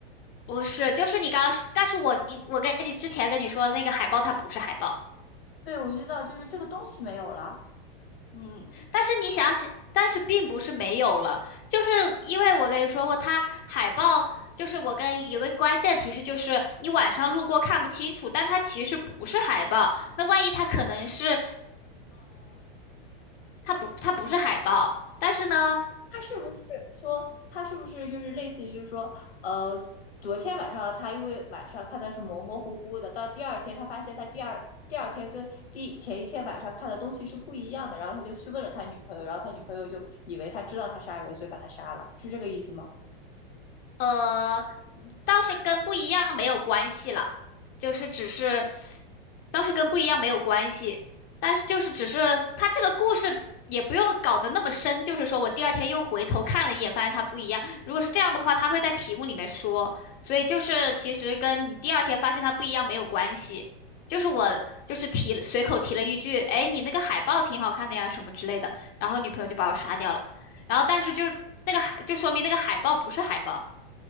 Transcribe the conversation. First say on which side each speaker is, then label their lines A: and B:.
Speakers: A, on the left; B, on the left.
A: 不是，就是你刚刚说但是我一我跟你之前跟你说的那个海报，它不是海报，
B: 对，我知道，就是这个东西没有了。
A: 嗯，但是你想想，但是并不是没有了，就是因为我跟你说过，它海报就是我跟有个关键提示，就是你晚上路过看不清楚，但它其实不是海报，那万一它可能是它不它不是海报，但是呢，
B: 他是不是说他是不是就是类似于就是说，呃，昨天晚上他因为晚上看的是模模糊糊的，到第二天他发现他第二第二天跟第前一天晚上看的东西是不一样的，然后他就去问了他女朋友，然后他女朋友就以为他知道他杀人，所以把他杀了，是这个意思吗？
A: 呃，倒是跟不一样没有关系啦，就是只是，倒是跟不一样没有关系，但是就是只是他这个故事也不用搞得那么深，就是说我第二天又回头看了一眼，发现它不一样。如果是这样的话，他会在题目里面说，所以就是其实跟你第二天发现它不一样没有关系，就是我就是提了随口提了一句，哎，你那个海报挺好看的呀，什么之类的，然后女朋友就把我杀掉了，然后但是就那个海就说明那个海报不是海报。